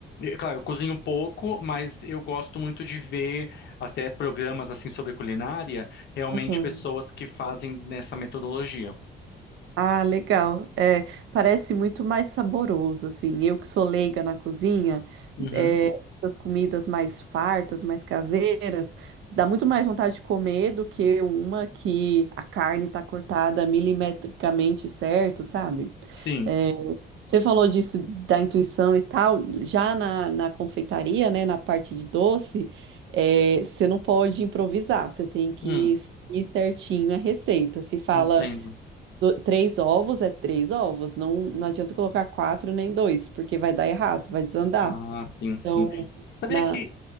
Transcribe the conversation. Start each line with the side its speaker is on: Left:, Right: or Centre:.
Left: claro, eu cozinho um pouco, mas eu gosto muito de ver até programas assim sobre culinária, realmente
Right: aham.
Left: pessoas que fazem nessa metodologia.
Right: Ah, legal. É, parece muito mais saboroso, assim. Eu que sou leiga na cozinha,
Left: Uhum,
Right: é, essas comidas mais fartas, mais caseiras, dá muito mais vontade de comer do que uma que a carne tá cortada milimetricamente certo, sabe?
Left: sim.
Right: É, você falou disso de- da intuição e tal. Já na, na confeitaria, né, na parte de doce, é, você não pode improvisar, você tem que
Left: Hum,
Right: ir certinho a receita. Se fala
Left: entendo.
Right: do- Três ovos é três ovos, não, não adianta colocar quatro nem dois, porque vai dar errado, vai desandar.
Left: Ah, sim, sim.
Right: Então,
Left: Sabia
Right: na...
Left: que